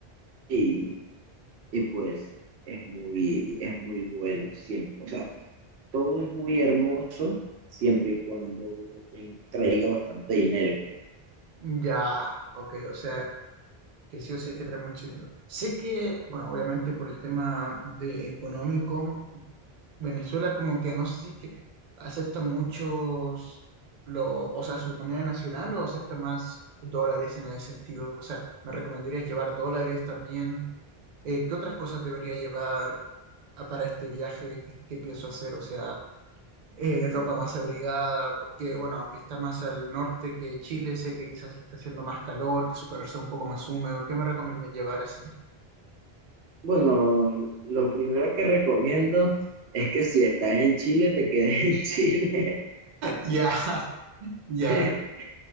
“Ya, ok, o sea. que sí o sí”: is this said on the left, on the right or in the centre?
Right